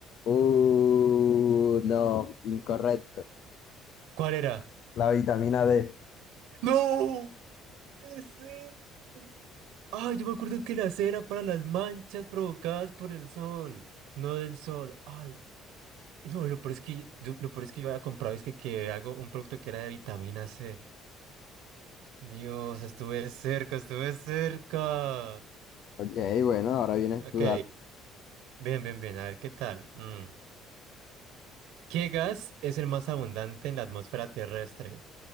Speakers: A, on the left (about 55°); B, on the right (about 85°).
A: Uh, no, incorrecto.
B: ¿Cuál era?
A: La vitamina D.
B: ¡No! puede ser. Ay, yo me acuerdo que la cera para las manchas provocadas por el sol, no del sol. Ay, no, lo peor es que yo, lo peor es que yo había comprado es que, que algo, un producto que era de vitamina C. Dios, estuve cerca, estuve cerca.
A: Ok, bueno, ahora vienes
B: Ok,
A: tú, dale.
B: bien, bien, bien, a ver qué tal. Mm. ¿Qué gas es el más abundante en la atmósfera terrestre?